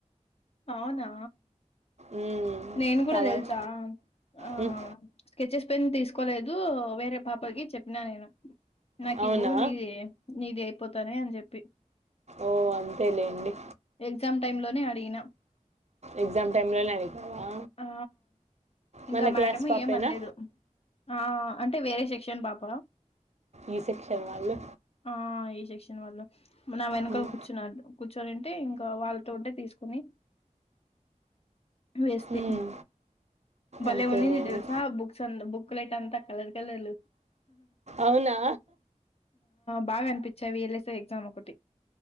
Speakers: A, on the left; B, on the right.
A: అవునా
B: మ్మ్,
A: నేను కూడా
B: కావాలి
A: తెలుసా ఆ
B: మ్మ్,
A: స్కెచెస్ పెన్ తీసుకోలేదు వేరే పాపకి చెప్పినా నేను నాకు
B: అవునా
A: ఇవ్వు నీది నీది అయిపోతానే అని చెప్పి
B: ఓ అంతే లేండి
A: ఎగ్జామ్ టైమ్ లోనే అడిగిన
B: ఎగ్జామ్ టైంలోనే అడిగావా
A: ఆ ఇంకా
B: మన
A: మేడం
B: క్లాస్ పాపేనా
A: ఏమనలేదు ఆ అంటే వేరే సెక్షన్ పాప
B: ఈ సెక్షన్ వాళ్ళు
A: ఆ ఈ సెక్షన్ వాళ్ళు నా వెనకాల
B: మ్మ్,
A: కూర్చున్నా కూర్చొనింటే ఇంకా వాళ్ళతో ఉంటే తీస్ కొని వేస్తె
B: మ్మ్,
A: బలే
B: అంతేలేండి
A: ఉండింది తెల్సా బుక్స్ అంద బుక్ క్లేట్ అంతా కలర్ కలర్లు
B: అవునా
A: బాగా అనిపించావి వెల్సే ఎగ్జామ్ ఒకటి